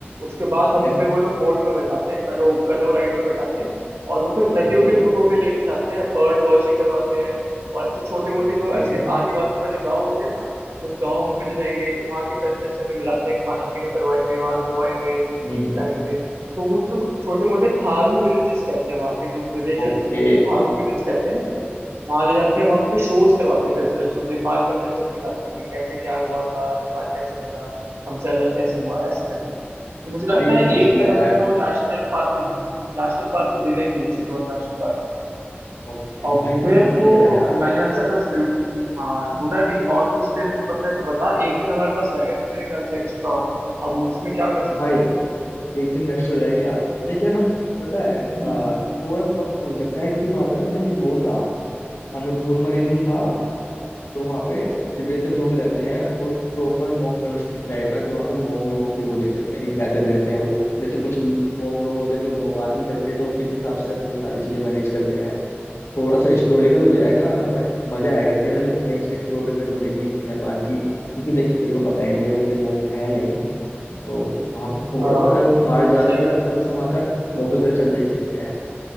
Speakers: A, on the right (about 90°); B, on the left (about 80°).
A: उसके बाद
B: ठीक
A: हमें
B: है
A: वो लोग बोट में बैठाते हैं कनो कनो राइड में बैठाते हैं और वो फिर
B: ये
A: नदियों
B: तो
A: के थ्रू हमें लेके जाते हैं बर्ड वॉचिंग करवाते हैं और ऐसे छोटे मोटे
B: ओके
A: जो ऐसे आदिवासी वाले गांव होते हैं ना उस गांव में ले जाएंगे वहाँ के कल्चर से हमें मिलाते हैं खाना पीना करवाएंगे वहाँ रुकवाएंगे सिखाएंगे
B: हम्म
A: तो उन जो छोटे मोटे थारू विलेजेस कहते हैं वहाँ के जो विलेज
B: ओके
A: है छोटे मोटे थारू विलेज कहते हैं वहां ले जाते हैं वहां पे शोज करवाते हैं कल्चरल शो नेपाल का कल्चर दिखाते हैं कि कैसे क्या हुआ था नेपाल कैसे बना हमसे अलग कैसे हुआ ऐसे करके तो मुझे लगता
B: भाई ये
A: है
B: तो मस्त
A: एक
B: लग
A: दिन हमें
B: रहा है
A: तो नेशनल पार्क को नेशनल पार्क को देना ही चाहिए चितवन नेशनल पार्क
B: ओके
A: और
B: भाई ये तो
A: फिर
B: मस्त
A: तो
B: लग रहा है यार
A: मैंने ऐसा कुछ ढूंढ- हाँ ढूंढा नहीं और कुछ तेरे को पता है तो बता एक दिन हमारे पास रह गया मेरे ख्याल से एक्स्ट्रा और हम उसमें क्या कर सकते
B: भाई
A: हैं
B: एक दिन एक्स्ट्रा रह गया देखिए यार हम पता है
A: हम्म
B: आ, थोड़ा सा लोकल घूम सकते हैं क्योंकि वहां पे ना देखिए एक वो था अन्नपूर्णा रीजन था तो वहाँ पे तिब्बतन लोग रहते हैं और प्रॉपर मोंक मोनास्ट्री टाइप है तो वहाँ पे मोंक लोगों की वो देख सकते हैं कि कैसे रहते हैं वो जैसे कुछ मोंक लोग होते हैं जो बो- बात नहीं करते तो वो किस हिसाब से अपनी सारी चीजें मैनेज कर रहे हैं थोड़ा सा हिस्टोरिकल हो जाएगा
A: हम्म,
B: बट मजा आएगा कि यार हमें नई चीज एक्सप्लोर करने को मिलेगी नेपाल की क्योंकि देख तेरे को पता है इंडिया में इतने मोंक है नहीं तो वहाँ पे थोड़ा
A: हाँ
B: सा जब हम बाहर जा
A: सही
B: रहे हैं
A: कह
B: तो
A: रहा
B: थोड़ा
A: है
B: सा वहाँ का लोकल कल्चर देख सकते हैं